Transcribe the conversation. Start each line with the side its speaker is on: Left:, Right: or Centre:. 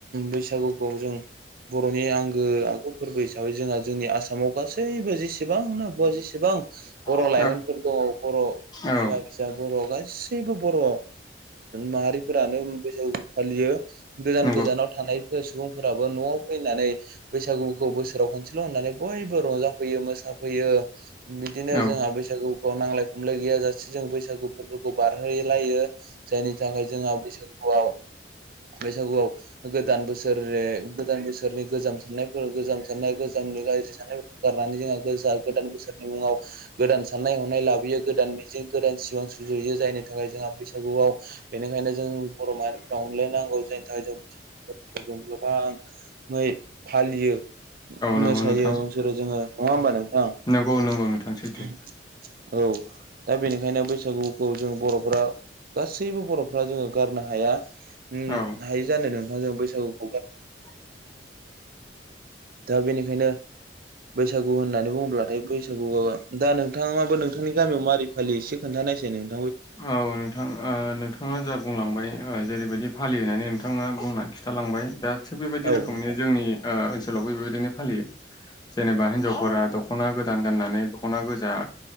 Right: बैसागुखौ जों बर'नि आंगो आगु फोरबो हिसाबै जोंहा जोंनि आसामाव गासैबो जे -सेबांनो जेसेबां बर'
Left: औ
Right: लाइमोनफोर दङ बर'
Left: औ
Right: बिमा फिसा बर' गासि गासैबो बर' माहारिफोरानो बैसागुखौ फालियो गोजान
Left: नंगौ
Right: गोजानाव थानाय सुबुंफोराबो न'आव फैनानै बैसागुखौ बोसोराव खनसेल' होननानै बयबो रंजाफैयो मोसानो फैयो बिदिनो
Left: औ
Right: जोंहा बैसागुखौ नांलाय खमलाय गैया जासे जों बैसागु फोरबो बारहो लायो जायनि थाखाय जोंहा बैसागुआव बैसागुआव गोदान बोसोर गोदान बोसोरनि गोजाम साननायफोर गोजाम साननाय गोजाम गाज्रि साननाय गारनानै जोंहा गो गोदान बोसोरनि मुङाव गोदान साननाय हनाय लाबोयो गोदान मिजिं गोदान सिमां सु जुयो जायनि थाखाय जोंहा बैसागुआव बेनिखायनो जों बर' माहारिफ्रा अनलायनांगौ जायनि थाखाय जों <unintelligible> गोबाङै फालियो
Left: नंगौ
Right: मोसायो
Left: नोंथां
Right: <unintelligible> जोङो नङा होमबा नोंथां औ
Left: नंगौ नंगौ नोंथां सैथो
Right: दा बेनिखायनो बैसा सागुखौ जों बर'फ्रा गासैबो बर'फ्रा जोङो गारनो हाया उम
Left: औ
Right: हायो जानो नोंथाङां जों बैसागु
Left: <inaudible>
Right: दा बेनिखायनो बैसागु होननानै बुङोब्लाथाय बैसागुआ दा नोंथाङाबो नोंथांनि गामियाव मारै फालि एसे खोनथा नायसाय नो
Left: औ नोंथां नोंथाङा जा बुंलांबाय जेरैबायदि फालिनानै नोंथाङा बुंनानै खिथालांबाय दा थिग बेबायदि
Right: औ
Left: रोखोमैनो
Right: नोंथां
Left: जोंनि ओनसोलावबो बेबायदिनो फालियो जेनेबा हिनजावफोरा दख'ना गोदान गाननानै दख'ना गोजा